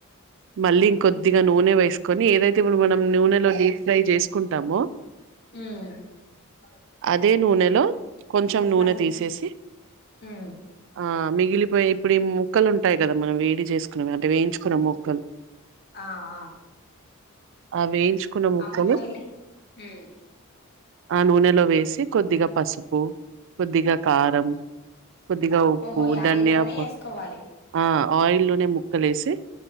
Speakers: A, on the right (about 60°); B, on the left (about 50°).
A: మళ్ళి ఇంకోద్ధిగ నూనె వేసుకొని ఏదైతే ఇప్పుడు మనం నూనెలో డీప్ ఫ్రై చేసుకుంటమొ
B: మ్
A: అదే నూనెలో కొంచెం నూనె
B: మళ్ళీ
A: తీసేసి
B: హ్మ్
A: ఆ మిగిలిపోయి ఇప్పుడు ఈ ముొక్కలు ఉంటాయి కదా మనం వేడి చేసుకునేవి అంటే వేయించుకున్నా ముొక్కలు
B: ఆ ఆ
A: ఆ వేయించుకున్న ముక్కలు
B: ఆ ముక్కల్లి మ్
A: ఆ నూనెలో వేసి కొద్దిగా పసుపు కొద్దిగా కారం కొద్దిగా ఉప్పు
B: ఓహో ఈ
A: ధనియా
B: ఆయిల్లోనే
A: ప్
B: ఏసుకోవాలి
A: ఆ ఆయిల్ లో నే ముక్కలేసి